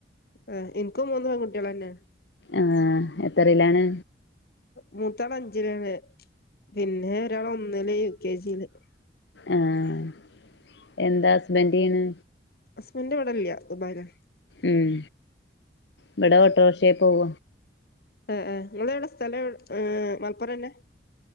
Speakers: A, on the left (about 55°); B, on the left (about 75°).
A: ആ എനിക്കും മൂന്ന് പൺകുട്ടികളെന്നെ
B: ആഹ് എത്രയിലാണ്
A: മൂത്താൾ അഞ്ചിലാണ് പിന്നെ ഒരാള് ഒന്നില് യു കെ ജി ല്
B: ആഹ് എന്താ ഹസ്ബൻഡീ യ്ണ്
A: ഹസ്ബൻഡ് ഇവടെല്ല്യ ദുബായ് ലാ
B: ഉം ഇവിടെ ഓട്ടോറിക്ഷെ പോവ
A: ആ ആ ഇങ്ങളെവിടെ സ്ഥലം ഏ മലപ്പുറന്നെ